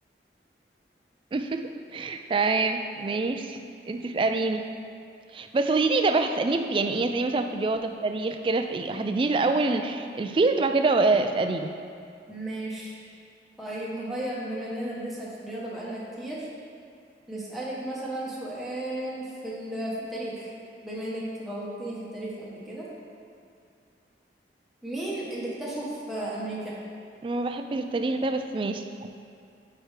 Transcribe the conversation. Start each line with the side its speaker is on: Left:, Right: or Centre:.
Right: <laughs> تمام ماشي انت اسأليني بس قولي لي طب هتسأليني في يعني ايه اسأليني مثلا في الرياضة في التاريخ كده في ايه هتديني الأول ال- الفيلد بعد كده آه، اسأليني
Centre: ماشي طيب نغير بما إننا بنسأل في الرياضة بقالنا كتير نسألك مثلا سؤال في ال- في التاريخ بما انك غلطتني في التاريخ قبل كده مين اللي اكتشف آه، امريكا
Right: أنا ما بحبش التاريخ ده بس ماشي